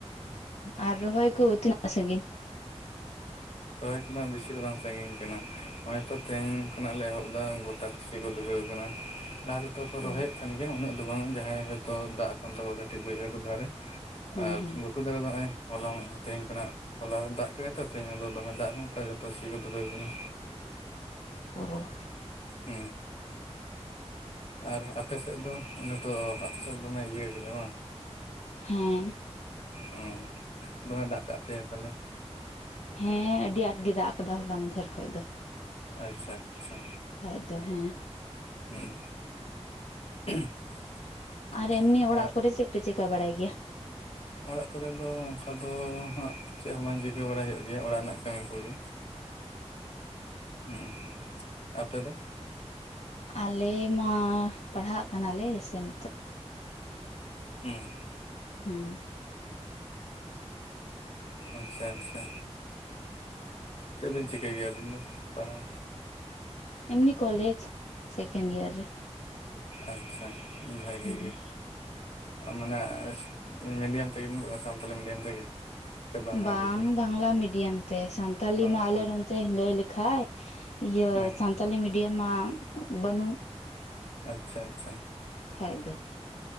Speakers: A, on the left; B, on the left.
A: ᱟᱨ ᱨᱚᱦᱚᱭ ᱠᱩ ᱛᱤᱱᱟᱹᱜ ᱥᱟᱜᱤᱧ?
B: ᱨᱚᱦᱚᱭ ᱠᱷᱚᱱᱟᱜ ᱵᱮᱥᱤ ᱫᱚ ᱵᱟᱝ ᱥᱟᱺᱜᱤᱧ ᱠᱟᱱᱟ ᱱᱚᱜᱼᱚᱭ ᱛᱚ ᱛᱮᱦᱮᱧ ᱠᱷᱚᱱᱟᱜ ᱞᱮ ᱮᱦᱚᱵ ᱮᱫᱟ ᱜᱚᱴᱟ ᱥᱤ ᱠᱚ ᱫᱷᱩᱨᱟᱹᱣ ᱠᱟᱱᱟ ᱞᱟᱦᱟ ᱫᱚ ᱡᱚᱛᱚ ᱠᱚ ᱨᱚᱦᱚᱭᱮᱫ
A: ᱚ
B: ᱠᱟᱱ ᱜᱮᱭᱟ ᱩᱱᱟᱹᱜ ᱫᱚ ᱵᱟᱝ ᱡᱟᱦᱟᱸᱭ ᱦᱳᱭᱛᱳ ᱫᱟᱜ ᱠᱟᱱ ᱛᱟᱠᱚᱣᱟ ᱠᱟᱹᱴᱤᱡ ᱵᱟᱹᱭᱦᱟᱹᱲᱰᱷᱟᱨᱮ
A: ᱦᱮᱸ
B: ᱟᱨ
A: ᱦᱮᱸ
B: ᱜᱩᱴ ᱫᱟᱨᱮ ᱫᱚ ᱱᱚᱜᱚᱭ ᱦᱚᱞᱟᱢ ᱛᱮᱧ ᱠᱷᱟᱱᱟᱜ ᱦᱚᱞᱟ ᱫᱟᱜ ᱠᱮᱫᱟᱭ ᱛᱚ- -ᱛᱮᱧ ᱫᱚᱢᱮ ᱫᱟᱜ ᱠᱟᱱᱟᱛᱚ ᱡᱚᱛᱚ ᱥᱤ ᱠᱚ ᱫᱷᱩᱨᱟᱹᱣ ᱟᱠᱟᱱᱟ᱾
A: ᱚ <unintelligible>
B: ᱦᱩᱸ ᱟᱨ ᱟᱯᱮ ᱥᱮᱫ ᱫᱚ ᱚᱱᱟ- -ᱛᱚ ᱟᱯᱮᱥᱮᱫ ᱫᱚᱢᱮ ᱤᱭᱟᱹ ᱠᱟᱫᱟ ᱵᱟᱝ
A: ᱦᱮᱸ
B: ᱚ ᱫᱚᱢᱮ ᱫᱟᱜ ᱠᱟᱜ ᱯᱮᱟᱭ ᱛᱟᱦᱞᱮ
A: ᱦᱮᱸ ᱟᱹᱰᱤ ᱟᱸᱴ ᱜᱮ ᱫᱟᱜ ᱟᱠᱟᱫᱟ ᱦᱚᱞᱟ ᱢᱟᱫᱷᱮᱨ ᱠᱷᱚᱡ ᱫᱚ
B: ᱟᱪᱪᱷᱟ ᱟᱪᱪᱷᱟ
A: ᱟᱡ ᱫᱚ ᱦᱮᱸ
B: ᱦᱩᱸ <inaudible>
A: ᱟᱨ ᱮᱢᱱᱤ
B: ᱟᱨ
A: ᱚᱲᱟᱜ ᱠᱚᱨᱮ ᱪᱮᱫ ᱯᱮ ᱪᱮᱠᱟᱹ ᱵᱟᱲᱟᱭ ᱜᱮᱭᱟ
B: ᱚᱲᱟᱜ ᱠᱚᱨᱮᱫ ᱫᱚ ᱚᱱᱠᱟ ᱫᱚ ᱦᱟᱸᱜ ᱪᱮᱫ ᱦᱚᱸ ᱵᱟᱝ ᱪᱤᱠᱟᱹ ᱵᱟᱲᱟᱭ ᱦᱩᱭᱩᱜ ᱜᱮᱭᱟ ᱚᱲᱟᱜ ᱨᱮᱱᱟᱜ ᱠᱟᱹᱢᱤ ᱠᱚᱜᱮ ᱦᱩᱸ ᱟᱯᱮ ᱫᱚ
A: ᱟᱞᱮ ᱢᱟ ᱯᱟᱲᱦᱟᱜ ᱠᱟᱱᱟᱞᱮ ᱥᱮ ᱱᱤᱛᱚᱜ
B: ᱦᱩᱸ
A: ᱦᱮᱸ
B: ᱟᱪᱪᱷᱟ ᱟᱪᱪᱷᱟ ᱪᱮᱫ ᱵᱤᱱ ᱪᱤᱠᱟᱹᱭ ᱜᱮᱭᱟ ᱟᱹᱵᱤᱱ ᱫᱚ ᱯᱟᱲᱦᱟᱣ-
A: ᱮᱢᱱᱤ ᱠᱚᱞᱡ ᱥᱮᱠᱮᱱ ᱰᱤᱭᱟᱨ ᱨᱮ
B: ᱟᱪᱪᱷᱟ ᱵᱷᱟᱜᱤ
A: ᱦᱮᱸ
B: ᱜᱮ ᱢᱟᱱᱮ ᱢᱤᱰᱤᱭᱟᱢ ᱛᱮᱜᱮ ᱥᱟᱱᱛᱟᱞᱤ ᱢᱤᱰᱤᱭᱟᱢ ᱛᱮᱜᱮ ᱥᱮ ᱵᱟᱝᱟᱞᱤ
A: ᱵᱟᱝ
B: ᱛᱮ
A: ᱵᱟᱝᱞᱟ ᱢᱤᱰᱤᱭᱟᱢ ᱛᱮ ᱥᱟᱱᱛᱟᱞᱤ
B: ᱚ
A: ᱢᱟ ᱟᱞᱮ
B: ᱚ
A: ᱚᱱᱛᱮ ᱞᱟᱹᱭ ᱞᱮᱠᱷᱟᱡ- -ᱤᱭᱟᱹ
B: ᱦᱮᱸ
A: ᱥᱟᱱᱛᱟᱞᱤ ᱢᱤᱰᱤᱭᱟᱢ ᱢᱟ ᱵᱟᱹᱱᱩ
B: ᱟᱪᱪᱷᱟ ᱟᱪᱪᱷᱟ
A: ᱠᱷᱟᱭᱫᱚ